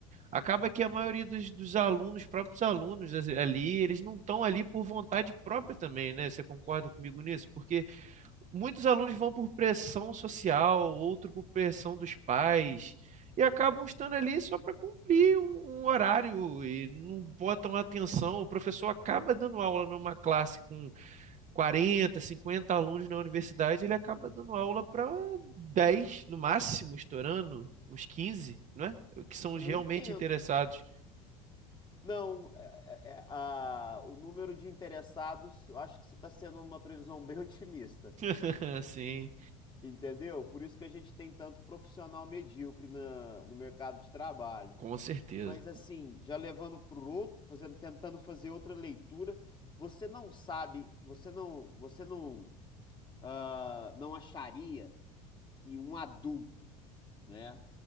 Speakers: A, on the right; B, on the left.
A: Acaba que a maioria dos, dos alunos, próprios alunos as- ali, eles não estão ali por vontade própria também, né? Você concorda comigo nisso? Porque muitos alunos vão por pressão social, outro por pressão dos pais, e acabam estando ali só para cumprir um, um horário e não botam atenção. O professor acaba dando aula numa classe com 40, 50 alunos na universidade, ele acaba dando aula para 10 no máximo, estourando, uns 15, não é? Que são os
B: Eu
A: realmente
B: entendo.
A: interessados.
B: Não, é- é- é- a- o número de interessados, eu acho que você está sendo uma previsão bem <laughs> otimista,
A: <laughs> Sim,
B: entendeu? Por isso que a gente tem tanto profissional medíocre na- no mercado de trabalho.
A: com certeza.
B: Mas assim, já levando para o outro, fazendo, tentando fazer outra leitura, você não sabe, você não, você não, ah, não acharia que um adulto, né,